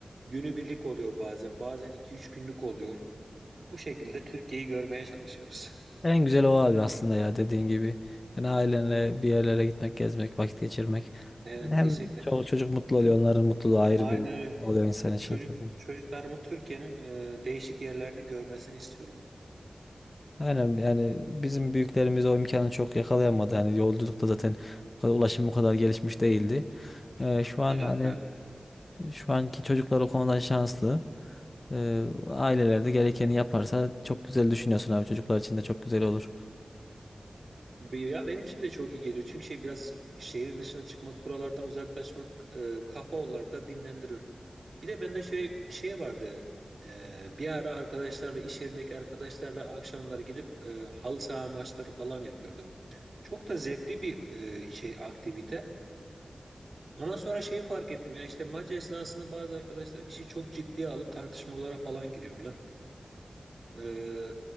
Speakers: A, on the right; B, on the left.
A: Günübirlik oluyor bazen, bazen iki üç günlük oluyor. Bu şekilde Türkiye'yi görmeye çalışıyoruz.
B: En güzel o abi aslında ya dediğin gibi. Yani ailenle bir yerlere gitmek, gezmek, vakit geçirmek.
A: Evet,
B: Yani Hem
A: kesinlikle.
B: çoluk çocuk mutlu
A: Çünkü
B: oluyor, onların mutluluğu ayrı
A: aynen
B: bir
A: öyle.
B: oluyor insan için
A: Çocuk
B: tabii.
A: çocuklarımı Türkiye'nin e, değişik yerlerini görmesini istiyorum.
B: Aynen yani bizim büyüklerimiz o imkanı çok yakalayamadı. yani yolculukta zaten bu kadar- ulaşım bu kadar gelişmiş değildi. Ee, şu an
A: Evet,
B: hani
A: evet.
B: şu anki çocuklar o konuda şanslı. Ee, aileler de gerekeni yaparsa çok güzel düşünüyorsun abi. Çocuklar için de çok güzel
A: Evet.
B: olur.
A: B- Ya benim için de çok iyi geliyor. Çünkü şey biraz şehir dışına çıkmak, buralardan uzaklaşmak e, kafa olarak da dinlendiriyor. Bir de bende şey şey vardı. E, bir ara arkadaşlarla iş yerindeki arkadaşlarla akşamları gidip e, halı saha maçları falan yapıyorduk. Çok da zevkli bir e, şey aktivite. Ondan sonra şeyi fark ettim ya işte maç esnasında bazı arkadaşlar işi çok ciddiye alıp tartışmalara falan giriyorlar. Ee,